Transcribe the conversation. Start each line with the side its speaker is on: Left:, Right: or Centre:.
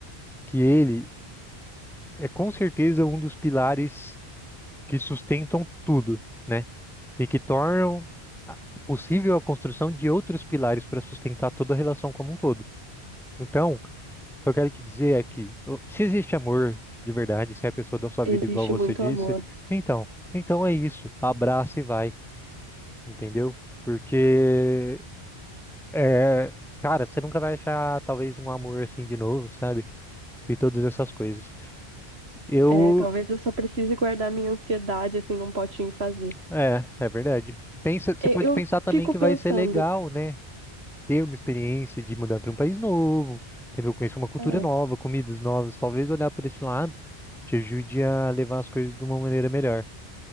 Centre: que ele é com certeza um dos pilares que sustentam tudo, né? E que tornam a- possível a construção de outros pilares para sustentar toda a relação como um todo. Então, o que eu quero te dizer é que eu- se existe amor de verdade, se a pessoa dá sua
Right: Existe
Centre: vida igual você
Right: muito
Centre: disse,
Right: amor.
Centre: então, então é isso. Abraça e vai, entendeu? Porque É, cara, você nunca vai achar talvez um amor assim de novo, sabe? E todas essas coisas. Eu,
Right: É, talvez eu só precise guardar minha ansiedade assim num potinho e fazer.
Centre: é, é verdade. Pensa, você
Right: E-
Centre: pode
Right: Eu
Centre: pensar também
Right: fico
Centre: que
Right: pensando,
Centre: vai ser legal, né? Ter uma experiência de mudar para um país novo, entendeu? Conhecer uma cultura
Right: é,
Centre: nova, comidas novas, talvez olhar por esse lado te ajude a levar as coisas de uma maneira melhor,